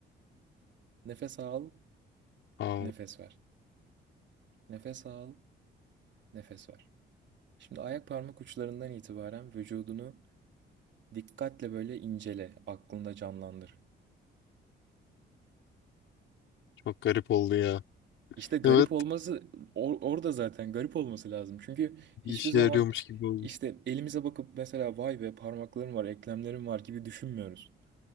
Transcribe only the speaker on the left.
Al.
Çok garip oldu ya.
Evet.
Bir işe
yarıyormuş gibi oldu.